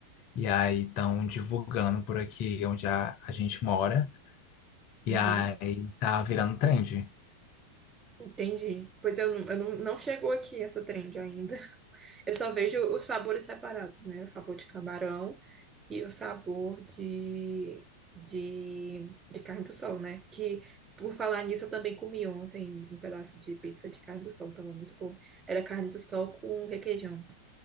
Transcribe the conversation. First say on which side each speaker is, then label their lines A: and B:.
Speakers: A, on the left; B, on the right.
A: e aí estão divulgando por aqui onde a, a gente mora. E
B: Uhum.
A: aí tá virando trend.
B: Entendi. Pois eu, não, eu não, não chegou aqui essa trend ainda. <laughs> Eu só vejo os sabores separados, né? O sabor de camarão e o sabor de, de, de carne do sol, né? Que, por falar nisso, eu também comi ontem um pedaço de pizza de carne do sol. Tava muito bom. Era carne do sol com requeijão.